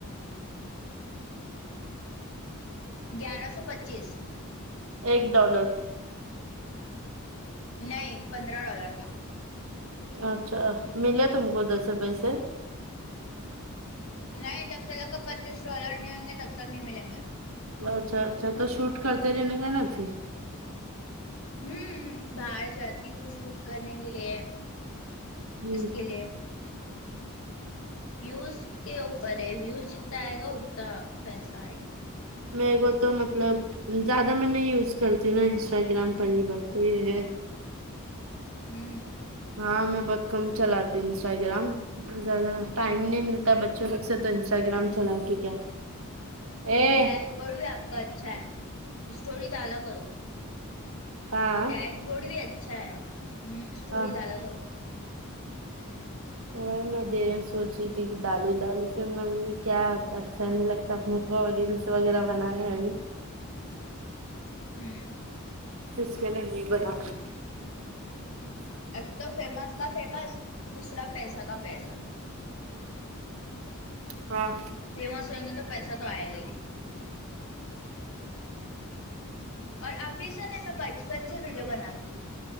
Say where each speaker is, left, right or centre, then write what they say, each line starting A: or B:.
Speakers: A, on the left; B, on the right.
A: گیارہ سو پچیس
B: ایک ڈالر
A: نہیں پندرہ ڈالر کا
B: اچھا ملا تم کو ادھر سے پیسے
A: نہیں جب تللک کا پچیس ڈالر نہیں ہونگے تب تک نہیں ملیں گے
B: اچھا اچھا تو شوٹ کرتے رہنے کا نا پھر
A: ہوں باہر جاتی ہوں شوٹ کرنے کے لیے
B: ہ
A: اس کے لیے ویوز کے اوپر ہے ویوز جتتا آئے گا اتتا پیسہ آئے گا
B: میں وہ تو مطلب زیادہ مے میں یوز کرتی ہوں نا انسٹاگرام پہلی بات تو یہ ہے
A: ہوں
B: ہاں میں بہت کم چلاتی ہوں انسٹاگرام زیادہ ٹائم ہی نہیں ملتا بچے الگ سے تو انسٹاگرام چلاکے کیا اے
A: ڈیش بولڈ بھی آپ کا اچھا ہے اسٹوری دالا کرو
B: ہاں
A: ڈیش بورڈ بھی اچھا ہے ہوں اسٹوری
B: ہاں
A: دالا کرو
B: وہ میں دے سوچ رہی تھی کہ دالو دالو فر میں بولی کیا اچھا نہیں لگتا اپنے کو اور ریل وغیرہ بنانے ای
A: ہوں
B: اس کے لیے نہیں بناتی
A: اب تو فیمس کا فیمس دوسرا پیسہ کا پیسہ
B: ہاں
A: فیمس ہوئیں گے تو پیسہ تو آئے گا ہی اور ابھی سے نی میں بچپن سے ویڈیو بناتی ہوں